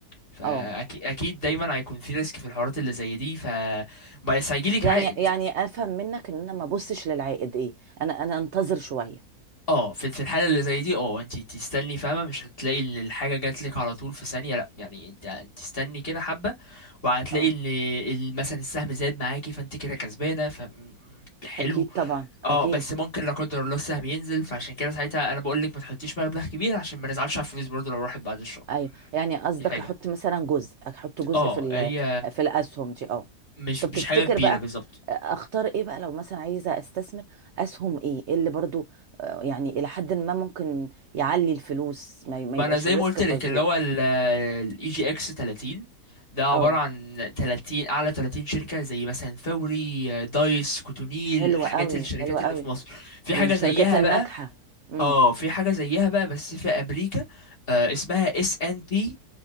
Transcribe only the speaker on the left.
فاكيد
اكيد دايما هيكون في ريسك في الحوارات اللي زي دي ف بس هيجيلك
عائد
اه في في الحاله اللي زي دي اه انت تستني فاهمه مش هتلاقي ان الحاجه جات لك على طول في ثانيه لا يعني انت تستني كده حبه وهتلاقي
ان ال- مثلا السهم زاد معاكي فانت كده كسبانه ف م- حلو
اه
بس ممكن لا قدر الله السهم ينزل فعشان كده ساعتها انا بقول لك ما تحطيش مبلغ كبير عشان ما نزعلش على الفلوس برضو لو راحت بعد الشهر
دي حاجه
اه
هي
مش
مش حاجه كبيره
بالظبط
ما
انا زي
ما قلت
لك اللي هو الاي جي اكس 30 ده عبارة
عن 30 اعلى 30 شركة زي مثلا فوري آه، دايس كوتونيل
الحاجات
الشركات
اللي في مصر في
حاجة زيها
بقى
اه في حاجة زيها بقى بس في امريكا آه اسمها اس ان بي